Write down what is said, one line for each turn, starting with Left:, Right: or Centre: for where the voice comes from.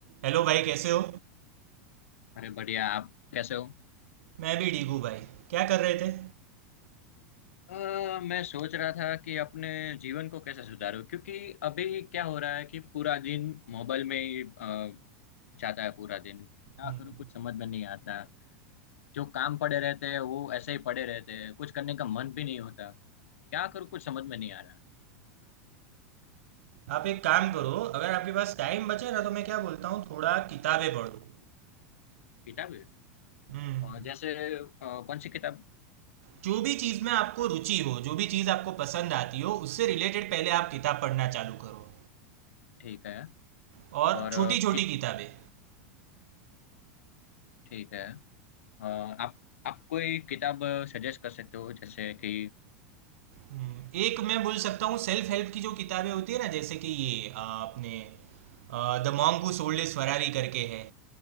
Right: हेलो भाई कैसे हो
Left: अरे बढ़िया आप कैसे हो
Right: मैं भी ठीक हूँ भाई क्या कर रहे थे
Left: अ, मैं सोच रहा था कि अपने जीवन को कैसे सुधारूं क्योंकि अभी क्या हो रहा है कि पूरा दिन मोबाइल में ही अ, जाता है पूरा दिन क्या
Right: हम्म,
Left: करूं कुछ समझ में नहीं आता जो काम पड़े रहते हैं वो ऐसे ही पड़े रहते हैं कुछ करने का मन भी नहीं होता क्या करूं कुछ समझ में नहीं आ रहा
Right: आप एक काम
Left: उसमें
Right: करो अगर आपके पास टाइम बचे ना तो मैं क्या बोलता हूँ थोड़ा किताबें पढ़ो
Left: किताब है?
Right: हम्म,
Left: अ, जैसे अ, कौन सी किताब
Right: जो भी चीज़ में आपको रुचि हो जो भी चीज़ आपको पसंद आती हो उससे रिलेटेड पहले आप किताब पढ़ना चालू करो
Left: ठीक है
Right: और
Left: और
Right: छोटी
Left: अ,
Right: छोटी
Left: कित
Right: किताबें
Left: ठीक है अ, आप आप कोई किताब सजेस्ट कर सकते हो जैसे कि
Right: हम्म, एक मैं बोल सकता हूँ सेल्फ हेल्प की जो किताबें होती है ना जैसे कि ये अ, अपने the monk who sold his Ferrari करके है